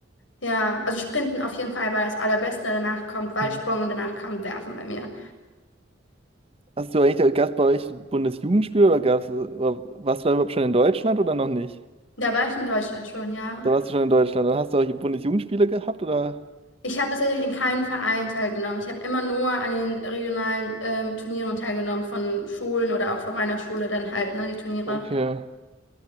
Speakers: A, on the left; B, on the right.
A: Ja, also Sprinten auf jeden Fall war das Allerbeste, danach kommt Weitsprung
B: Mhm.
A: und danach kommt Werfen bei mir.
B: Hast du eigentlich, gab es bei euch Bundesjugendspiel oder gab's, äh, warst du da überhaupt schon in Deutschland oder noch nicht?
A: Da war ich in Deutschland schon, ja.
B: Da warst du schon in Deutschland. Dann hast du auch die Bundesjugendspiele gehabt, oder?
A: Ich habe tatsächlich in keinem Verein teilgenommen. Ich habe immer nur an den regionalen ähm, Turnieren teilgenommen, von Schulen oder auch von meiner Schule dann halt, ne, die Turniere.
B: Okay.